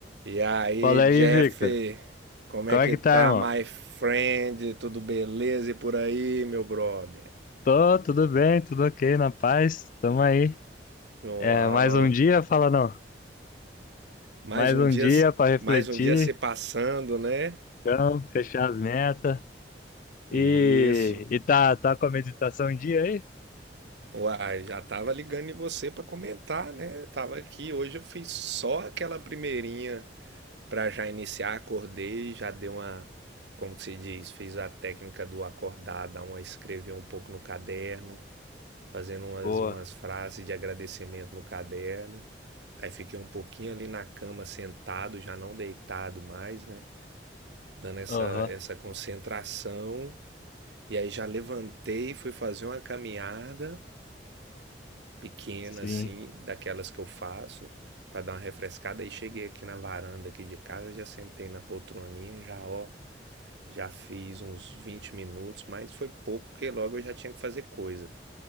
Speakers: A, on the right; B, on the left.
A: E aí,
B: Fala
A: Jeff,
B: aí, Victor.
A: como
B: Como
A: é que
B: é que
A: tá,
B: tá, irmão?
A: my friend? Tudo beleza e por aí, meu brother?
B: Tô, tudo bem, tudo ok, na paz. Tamo aí.
A: Uau,
B: É, mais um dia, fala não.
A: mais
B: Mais
A: um
B: um
A: dia,
B: dia pra refletir,
A: mais um dia se passando, né?
B: então, fechar as metas. E,
A: Isso.
B: e tá, tá com a meditação em dia aí?
A: Uai, já tava ligando em você pra comentar, né? Tava aqui, hoje eu fiz só aquela primeirinha pra já iniciar, acordei, já dei uma, como que se diz, fiz a técnica do acordar, dar uma escrever um pouco no caderno. fazendo umas,
B: Boa.
A: umas frases de agradecimento no caderno. Aí fiquei um pouquinho ali na cama sentado, já não deitado mais, né? Dando essa,
B: Aham,
A: essa concentração. E aí já levantei, fui fazer uma caminhada pequena
B: sim.
A: assim, daquelas que eu faço, para dar uma refrescada. Aí cheguei aqui na varanda aqui de casa, já sentei na poltroninha, já ó, já fiz uns 20 minutos, mas foi pouco, porque logo eu já tinha que fazer coisa.